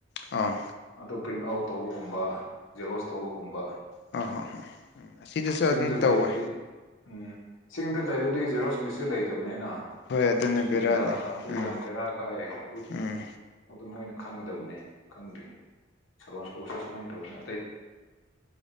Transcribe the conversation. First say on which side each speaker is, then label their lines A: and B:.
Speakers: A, on the left (about 55°); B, on the left (about 85°).
A: ꯑꯣ
B: ꯑꯗꯣ ꯄꯔꯤꯟ ꯑꯥꯎꯠ ꯇꯧꯕꯒꯨꯝꯕ ꯖꯦꯔꯣꯁ ꯇꯧꯕꯒꯨꯝꯕ
A: ꯑꯣ ꯍꯣ ꯍꯣ ꯎꯝ ꯑꯁꯤꯗꯁꯨ
B: ꯆꯤꯡꯗ
A: ꯑꯗꯨꯝ
B: ꯂꯩꯕꯇꯤ
A: ꯇꯧꯋꯦ
B: ꯎꯝ ꯆꯤꯡꯗ ꯂꯩꯔꯗꯤ ꯖꯦꯔꯣꯛꯁ ꯃꯤꯆꯤꯟ ꯂꯩꯇꯕꯅꯦꯅ
A: ꯍꯣꯏ ꯑꯗꯨꯅ
B: ꯁꯨꯇꯤꯗ
A: ꯕꯦꯔꯥꯅꯤ
B: ꯑꯗꯨ
A: ꯎꯝ
B: ꯌꯥꯝ ꯕꯦꯔꯥ ꯀꯥꯏꯌꯦ ꯑꯗꯨꯒꯨꯝꯕ
A: ꯎꯝ
B: ꯑꯗꯨ ꯃꯣꯏꯅ ꯈꯪꯒꯗꯕꯅꯦ ꯈꯪꯗꯦ ꯁꯂꯨꯋꯥꯜ ꯁ꯭ꯀꯨꯜ ꯁꯦ ꯁꯨꯃꯥꯏ ꯇꯧꯋꯦꯅ